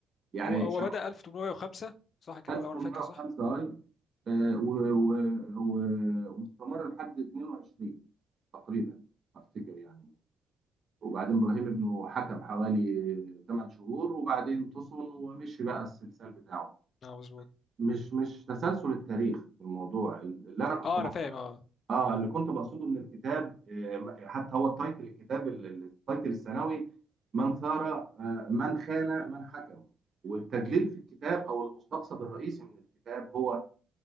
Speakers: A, on the right; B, on the left.
A: يعني
B: هو هو
A: شهر
B: بدأ 1805 صح كده
A: 1805
B: لو انا فاكر صح
A: أي آه، و- و- و- واستمر لحد 22 تقريبا أفتكر يعني وبعدين إبراهيم ابنه حكم حوالي 8 شهور وبعدين فصل ومشي بقى السلسال بتاعه
B: اه مظبوط
A: مش مش تسلسل التاريخ في الموضوع اللي أنا كنت
B: اه
A: بحضره
B: انا فاهم اه
A: اه اللي كنت بقصده من الكتاب آه، حتى هو التايتل الكتاب ال- ال- التايتل الثانوي من ثار آه، من خان من حكم والتدليل في الكتاب او المستقصد الرئيسي من الكتاب هو